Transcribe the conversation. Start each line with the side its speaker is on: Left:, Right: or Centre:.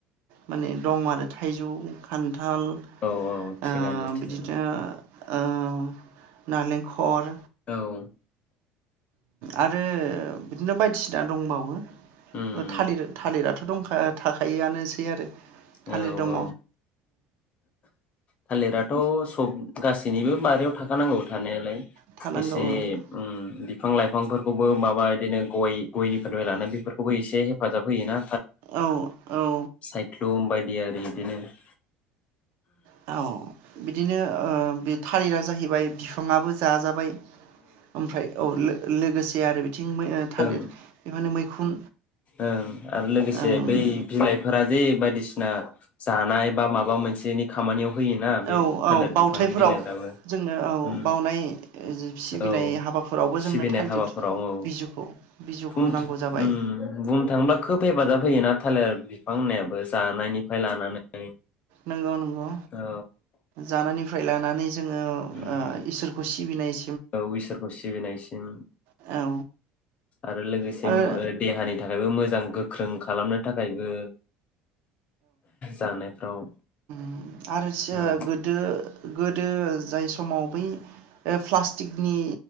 Right: माने दं आरो थाइजौ खान्थाल
Left: औ औ थिगानो
Right: आ
Left: थिगानो
Right: बि बिदिनो ओ नालेंखल
Left: औ
Right: आरो बिदिनो बायदिसिन बि दा दंबावो
Left: उम
Right: थालिर थालिराथ' दंखा थाखायआनोसै आरो थालिर
Left: औ
Right: दङ
Left: औ थालिराथ' सब गासैनिबो बारियाव थाखानांगौ थानायालाय
Right: थानांगौ
Left: एसे
Right: औ
Left: ओम बिफां लाइफांफोरखौबो माबा बिदिनो गय गयनिफोर लानानै बेफोरखौबो एसे हेफाजाब होयो ना
Right: औ औ
Left: सायख्लुम बायदि आरि बिदिनो <inaudible>
Right: औ बिदिनो ओ-बे थालिरा जाहैबाय बिफाङाबो जाजाबाय ओमफ्राय औ लो-लोगोसे आरो बिथिं थालिर
Left: ओं
Right: बेफोरनो मैखुन
Left: ओं आरो लोगोसे
Right: ओं
Left: बै बिलाइफोरा जे बायदिसिना जानाय बा माबामोनसेनि खामानियाव होयोना बे
Right: औ
Left: थालिर
Right: औ बावउथायफोराव
Left: बिफांनि बिलाइफ्राबो
Right: जोंनो औ
Left: उम
Right: बावनाय। सिबिनाय
Left: औ
Right: हाबाफोरावबो
Left: सिबिनाय
Right: जोंनो थालिर
Left: हाबाफोराव औ
Right: बिजुखौ बिजौखौ
Left: बुं
Right: नांगौ जाबाय।
Left: उम बुंनो थाङोब्ला खोब हेफाजाब होयोयोना थालिर बिफां होननायाबो जानायनिफ्राय लानानै।
Right: नंगौ नंगौ
Left: औ
Right: जानायनिफ्राय लानानै जोङो। ओ
Left: उम
Right: इसोरखौ सि सिबिनाइ।
Left: औ इसोरखौ सिबिनायसिम
Right: औ
Left: आरो लोगोसे
Right: आरो
Left: ओम देहानि। नि थाखायबो मोजां गोख्रों खालामनो थाखायबो जानायफ्राव।
Right: आरोसो
Left: औ
Right: गोदो गोद दो जाय सु समाव बै ओ-प्लास्टिकनि